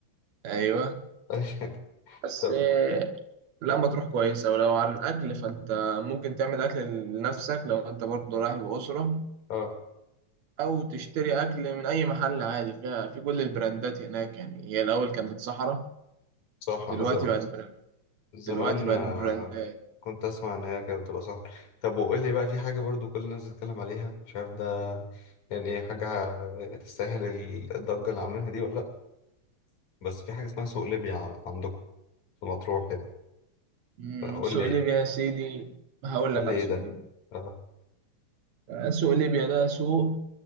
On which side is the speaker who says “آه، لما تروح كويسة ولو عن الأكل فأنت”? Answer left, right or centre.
Right